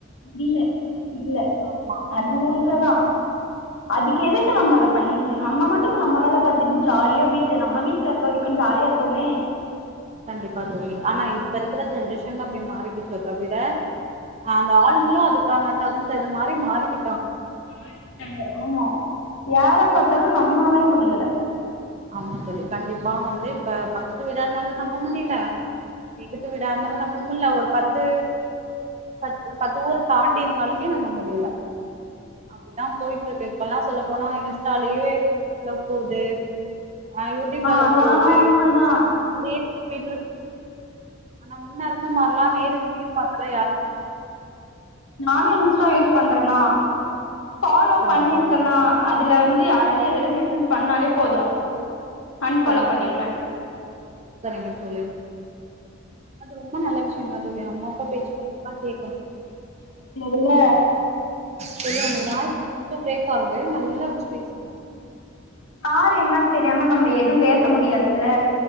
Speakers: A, on the left; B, on the right.
A: இல்ல இல்ல
B: ஆமா
A: அது உண்மதா அதுக்கு
B: அது
A: எதுக்கு
B: உண்ம
A: நம்ம அத பண்ணிக் எ நம்ம மட்டுக்கு நம்ம வேல பாத்துட்டு ஜாலியா வீட்ல நம்ம வீட்ல இருக்க வரைக்கு ஜாலியா இருப்போமே
B: கண்டிப்பா தோழி ஆனா இப்ப இருக்குற ஜென்ரேஷன்ல அப்டி மாறிக்கிச்சோ தவிர அந்த ஆளுங்களு அதுக்கான தகுந்தது மாரி மாறிக்கி
A: மாறிக்கிட்டாங்க ஆமா யாரப்
B: ஆமா
A: பாத்தாலு
B: இப்போதைக்கு
A: நம்மவே முடியல
B: ஆமா தோழி கண்டிப்பா வந்து இப்ப பக்கத்து வீடா இருந்தாலு நம்ப முடில எகுத்த வீடாருந்தாலு நம் ப முல்ல ஒரு பத்து பத் பத்து ஊரு தாண்டி இருந்தாலுமே நம்ப மு டியில அப்டித்தா போயிட்ருக்கு இப்பல்லா சொல்லப்போனா இன்ஸ்டாலயே அலவ் போது ஆ யூடியூப்ல அலவ்
A: அது
B: போது
A: ஆனா உண்மதா
B: அப்டியே பண்ணிட்ருக் ஆனா முன்ன இருந்த மார்லா நேருக்கு நேர் பாத்து யாரு <inaudible>
A: நானு இன்ஸ்டா யூஸ் பண்றந்தா ஃபாலோ
B: சரிங்க
A: பண்ணிருக்கன்னா
B: தோழி
A: அ துல வந்து யாராது எதாது மெசேஜ் பண்ணாலே போது அன்ஃபாலோ
B: சரிங்க
A: பண்ணிருவே
B: தோழி சரிங்க தோழி அது ரொம்ப நல்ல விஷ் யந்தா தோழி அம்மாப்பா பேச்சு கண்டிப்பா கேக்கணு
A: ல்ல
B: தோழி ஒங்க வாய்ஸ் கொஞ்ச பிரேக் ஆவுது நல்லா வச்சு பேசுங்க
A: யாரு என்னன் தெரியாம நம்ம எதும் பேச முடியாதுல்ல